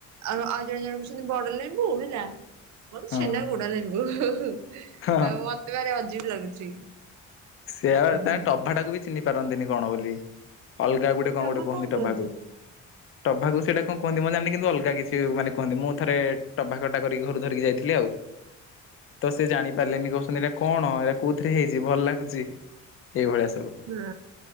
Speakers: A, on the right (about 70°); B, on the left (about 45°).
A: ଆ ଆଉ ଜଣେ ଜଣ କହୁଛନ୍ତି ବଡ ଲେମ୍ବୁ ହେଲା
B: ହଁ।
A: ଛେନା, ଗୁଡ, ଲେମ୍ବୁ। ତ
B: ହଁ
A: ମତେ ଭାର ଅଜୀବ ଲାଗୁଛି।
B: ସେଆ
A: ହୁଁ
B: ତାଙ୍କ
A: ହୁଁ।
B: ଟଭାଟାକୁ ବି ଚିହ୍ନି ପାରନ୍ତିନି କଣ ବୋଲି ଅଲଗା ଗୁଟେ କଣ
A: ରଭା
B: ଗୋଟେ କହନ୍ତି
A: କୁହନ୍ତି?
B: ଟଭାକୁ ଟଭାକୁ ସେଟା
A: ହଁ
B: କଣ କହନ୍ତି
A: ହଁ
B: ମୁଁ ଜାଣି କିନ୍ତୁ ଅଲଗା କିଛି ମାନେ କୁହନ୍ତି ମୁଁ ଥରେ ଟଭା ଖଟା କରି ଘରୁ ଧରିକି ଯାଇଥିଲି ଆଉ। ତ ସେ ଜାଣିପାରିଲେନି କହୁଛନ୍ତି ଏଇଟା କଣ ଏଇଟା କୋଉଥିରେ ହେଇଛି ଭଲ ଲାଗୁଛି। ଏଇଭଳିଆ ସବୁ।
A: ହୁଁ